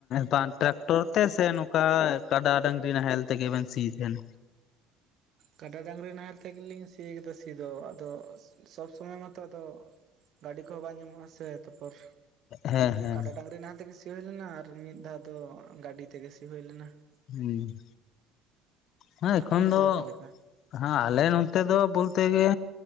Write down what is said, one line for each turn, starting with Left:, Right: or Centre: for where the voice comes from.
Left: ᱵᱟᱝ ᱴᱨᱟᱠᱴᱚᱨ ᱛᱮ ᱥᱮ ᱱᱚᱝᱠᱟ ᱠᱟᱰᱟ, ᱰᱟᱝᱨᱤ ᱱᱟᱦᱮᱞ ᱛᱮᱜᱮ ᱵᱮᱱ ᱥᱤᱭ ᱛᱟᱦᱮᱸᱱ?
Right: ᱠᱟᱰᱟ ᱰᱟᱝᱨᱤ ᱱᱟᱦᱮᱞ ᱛᱮᱜᱮ ᱞᱤᱧ ᱥᱤ ᱠᱟᱫᱟ ᱥᱤ ᱫᱚ ᱟᱫᱚ ᱥᱚᱵ ᱥᱚᱢᱚᱭ ᱢᱟᱛᱚ ᱟᱫᱚ ᱜᱟᱹᱰᱤ ᱠᱚᱦᱚᱸ ᱵᱟᱝ ᱧᱟᱢᱚᱜᱼᱟ ᱥᱮ ᱛᱟᱯᱚᱨ
Left: ᱦᱮᱸ ᱦᱮᱸ
Right: ᱠᱟᱰᱟ ᱰᱟᱝᱨᱤ ᱱᱟᱦᱮᱞ ᱛᱮᱜᱮ ᱥᱤ ᱦᱩᱭ ᱞᱮᱱᱟ ᱟᱨ ᱢᱤᱫ ᱫᱷᱟᱣ ᱫᱚ ᱜᱟᱹᱰᱤ ᱛᱮᱜᱮ ᱥᱤ ᱦᱩᱭ ᱞᱮᱱᱟ ᱾
Left: ᱦᱩᱸ ᱾ ᱦᱮᱸ ᱮᱠᱷᱚᱱ
Right: ᱟᱯᱮ ᱚᱱᱛᱮ
Left: ᱫᱚ
Right: ᱚᱠᱟ ᱞᱮᱠᱟ?
Left: ᱦᱟᱸ ᱟᱞᱮ ᱱᱚᱛᱮ ᱫᱚ ᱵᱚᱞᱛᱮ ᱜᱮ